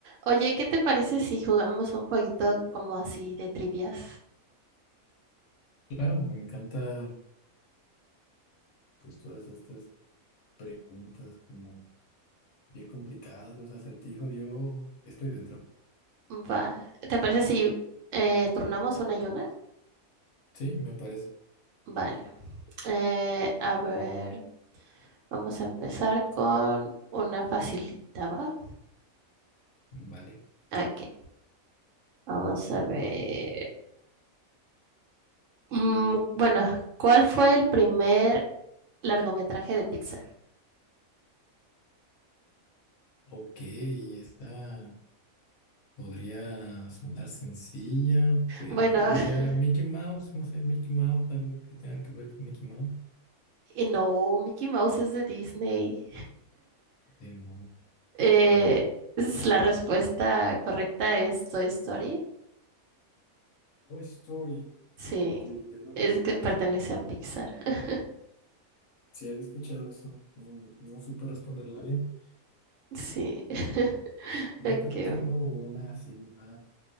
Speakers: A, on the right; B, on the left.
A: Oye, ¿qué te parece si jugamos un jueguito como así de trivias?
B: Claro, me encanta pues todas estas preguntas como bien complicadas, los acertijos, yo estoy dentro.
A: Va. ¿Te parece si eh, turnamos una y una?
B: Sí, me parece.
A: Vale. Eh, a ver, vamos a empezar con una facilita, ¿va?
B: Vale.
A: Aquí. Vamos a ver. Mm, bueno, ¿cuál fue el primer largometraje de Pixar?
B: Ok, esta podría sonar sencilla, pero
A: Bueno,
B: yo diría
A: <laughs>
B: Mickey Mouse, no sé, Mickey Mouse, algo que tenga que ver con Mickey Mouse.
A: y no, Mickey Mouse es de Disney.
B: De mo-
A: Eh,
B: mm,
A: es la respuesta correcta es Toy Story.
B: Toy Story.
A: Sí,
B: Sí, tienes
A: es
B: razón.
A: que pertenece a Pixar. <laughs>
B: Si había escuchado eso, no, no supe responderla bien.
A: Sí. <laughs>
B: Yo
A: Aquí
B: te tengo
A: va.
B: una así más